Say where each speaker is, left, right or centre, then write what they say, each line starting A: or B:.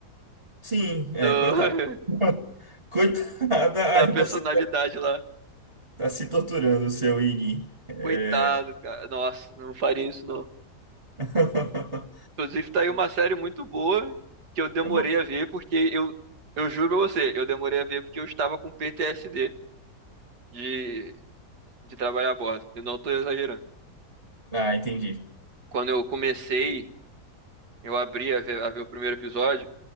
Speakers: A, on the right; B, on the right.
A: Sim, é,
B: Do-
A: coitado.
B: <laughs>
A: <laughs> Coitada,
B: da
A: aí
B: personalidade
A: você
B: lá.
A: tá se torturando, seu Ini. É...
B: Coitado, cara. Nossa, não faria isso, não.
A: <laughs>
B: Inclusive, tá aí uma série muito boa que eu demorei
A: é bom.
B: a ver, porque eu, eu juro pra você, eu demorei a ver porque eu estava com PTSD de, de trabalhar a bordo. Eu não tô exagerando.
A: Ah, entendi.
B: Quando eu comecei Eu abri a ver, a ver o primeiro episódio,